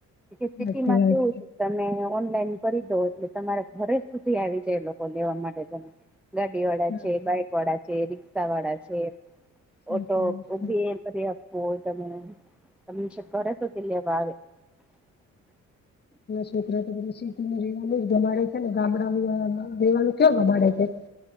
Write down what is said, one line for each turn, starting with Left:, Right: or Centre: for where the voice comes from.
Centre: છે
Left: સાચી
Centre: સિટીમાં
Left: વાત
Centre: કેવું છે તમે ઓનલાઈન કરી દો એટલે તમારા ઘરે સુધી આવી જાય એ લોકો લેવા માટે તમે ગાડી વાળા
Left: સાચી
Centre: છે બાઈક વાળા છે રિક્ષા વાળા છે
Left: સાચી વાત છે.
Centre: ઓટો ઉબેર કરી આપો તમે તમને છેક ઘરે સુધી લેવા આવે <inaudible>
Left: છોક છોક શીતું રેવાનું જ ગમાડે છે ને ગામડા રહેેવાનું ક ગમાડે છે <unintelligible>